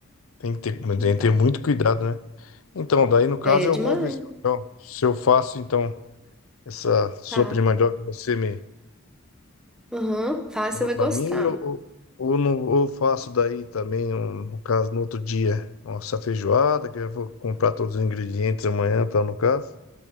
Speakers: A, on the left (about 70°); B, in the centre.
A: tem que ter,
B: Então,
A: tem que ter muito cuidado, né? Então, daí no caso
B: é
A: eu
B: demais.
A: vou ver se eu, então, se eu faço então essa sopa
B: Tá.
A: de mandioca que você me
B: Aham. Tá,
A: falou
B: você vai
A: para
B: gostar.
A: mim ou, ou, ou não, ou faço daí também, um- no caso, no outro dia, nossa feijoada, que eu vou comprar todos os ingredientes amanhã, tal, no caso.